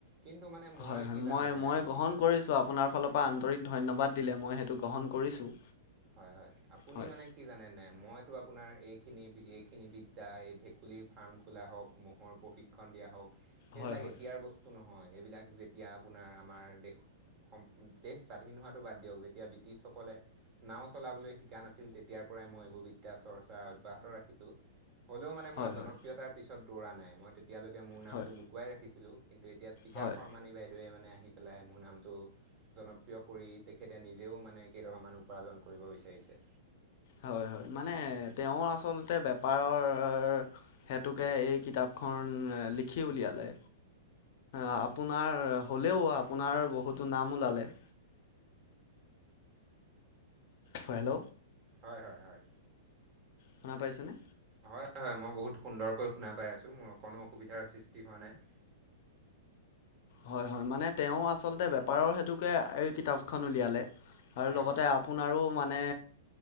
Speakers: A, on the right; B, on the left.
A: কিন্তু মানে মই
B: হয় হয়
A: কি জানে নাই
B: মই
A: আপুনি?
B: গ্ৰহণ কৰিছোঁ। আপোনাৰ ফালৰ পৰা আন্তৰিক ধন্যবাদ দিলে, মই সেইটো গ্ৰহণ কৰিছোঁ।
A: হয় হয় আপুনি
B: হয়
A: মানে কি জানে নাই? মইতো আপোনাৰ এইখিনি- এইখিনি বিদ্যা, এই ভেকুলীৰ ফাৰ্ম খোলা হওঁক মহৰ প্ৰশিক্ষণ দিয়া হওঁক, এইবিলাক
B: হয় হয়
A: এতিয়াৰ বস্তু ন হয়। এইবিলাক যেতিয়া আপোনাৰ আমাৰ দেশ স- দেশ স্বাধীন হোৱাটো বাদ দিয়ক। যেতিয়া ব্ৰি টিছসকলে নাও চলাবলৈ শিকা নাছিল, তেতিয়াৰ পৰাই মই এইবোৰ বিদ্যা, চৰ্চা অব্যাহত ৰাখিছোঁ। হ'লেও মানে
B: হয়
A: মই জনপ্ৰিয়তাৰ
B: হয়
A: পিছত দৌৰা নাই। মই তেতিয়ালৈকে মোৰ নামটো
B: হয়
A: লুকুৱাই ৰাখিছিলো। কিন্তু এতিয়া চিকা
B: হয়
A: শৰ্মানী বাইদেৱে মানে আহি পেলাই মোৰ নামটো জনপ্ৰিয় কৰি তেখেতে নি জেও মানে কেইটকামান উপাৰ্জন কৰিব বিচাৰিছে।
B: হয় - হয়, মানে তেওঁ আচলতে বেপাৰৰ সেতুকে এই কিতাপখন লিখি উলিয়ালে। আপোনাৰ হ'লেও আপোনাৰ বহুতো নাম ওলালে। হেল্ল'?
A: হয় - হয় - হয়।
B: শুনা পাইছেনে?
A: হয় - হয়, মই বহুত সুন্দৰকৈ শুনা পাই আছোঁ। মোৰ অকণো অসুবিধাৰ সৃষ্টি হোৱা নাই।
B: হয় - হয়, মানে তেওঁ আচলতে বেপাৰৰ হেতুকে এই কিতাপখন উলিয়ালে। আৰু
A: হয়
B: লগতে
A: হয়
B: আ পুনাৰো মানে